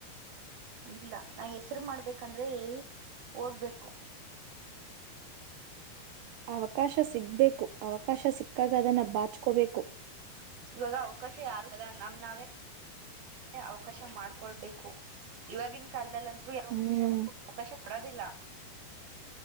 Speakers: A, on the right; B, on the right.
A: ಇಲ್ಲ ನಾ ಹೆಸರು ಮಾಡ್ಬೇಕಂದ್ರೆ ಹೋಗ್ಬೇಕು
B: ಅವಕಾಶ ಸಿಗ್ಬೇಕು ಅವಕಾಶ ಸಿಕ್ಕಾಗ ಅದನ್ನ ಬಾಚ್ಕೋಬೇಕು
A: ಇವಾಗ ಅವಕಾಶ ಯಾರು ನಮ್ ನಾವೇ ಅವಕಾಶ ಮಾಡ್ಕೊಳ್ಬೇಕು ಇವಾಗಿನ ಕಾಲದಲ್ಲಿಂತ ಯಾರೋ ಅವಕಾಶ
B: ಹ್ಮ್
A: ಅವಕಾಶ ಕೊಡೋದಿಲ್ಲ